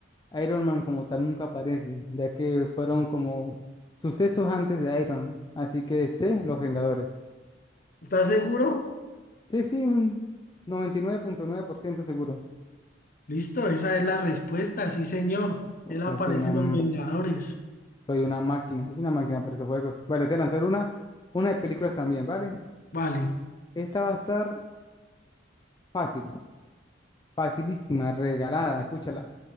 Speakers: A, on the left (about 20°); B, on the left (about 45°).
A: Iron Man como tal nunca aparece, ya que fueron como sucesos antes de Iron Man. Así que C, los Vengadores.
B: ¿Estás seguro?
A: Sí, sí, un 99.9% seguro.
B: Listo, esa es la respuesta, sí, señor. Él aparece
A: Yo soy una,
B: en
A: m-
B: Los Vengadores.
A: soy una máquina, yo soy una máquina para estos juegos. Vale, te voy a lanzar una, una de películas también, ¿vale?
B: Vale.
A: Esta va a estar fácil, facilísima, regalada, escúchala.